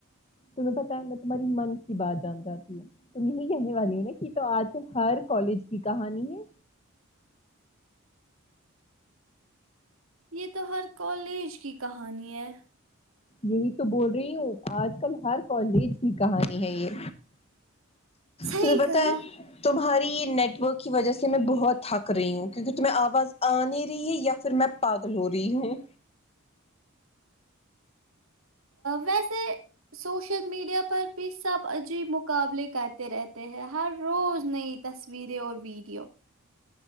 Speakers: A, on the left; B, on the right.
A: تمہیں پتا ہے میں تمہاری من کی بات جان جاتی ہوں تم یہی کہنے والی ہو نا کہ تو آج کل ہر کالج کی کہانی ہے
B: یہ تو ہر کالج کی کہانی ہے
A: یہی تو بول رہی ہوں آج کل ہر کالج کی کہانی ہے یہ
B: صحیح
A: تمہیں بتا
B: کہا
A: ہیں تمہاری نیٹ ورک کی وجہ سے میں بہت تھک رہی ہوں کیونکہ تمہیں آواز آ نہیں رہی ہے یا پھر میں پاگل ہو رہی ہیں
B: ویسے سوشل میڈیا پر بھی سب عجیب مقابلے کرتے رہتے ہیں ہر روز نئی تصویریں اور ویڈیو